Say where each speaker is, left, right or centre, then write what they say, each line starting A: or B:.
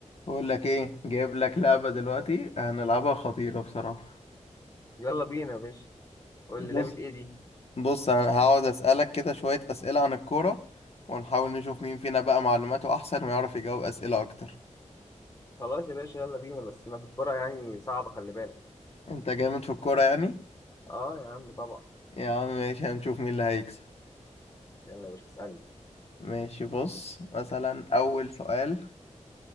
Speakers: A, on the left; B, on the left.
A: بقول لك ايه جايب لك لعبة دلوقتي هنلعبها خطيرة بصراحة
B: يلا بينا يا باشا قول
A: بص
B: لي لعبة ايه دي
A: بص انا هقعد اسألك كده شوية اسئلة عن الكورة ونحاول نشوف مين فينا بقى معلوماته احسن ويعرف يجاوب اسئلة اكتر
B: خلاص يا باشا يلا بينا بس ما في الكورة يعني صعبة خلي بالك
A: انت جامد في الكورة يعني
B: اه يا عم طبعا
A: يا عم ماشي هنشوف مين اللي هيكسب
B: يلا يا باشا اسألني
A: ماشي بص مثلا اول سؤال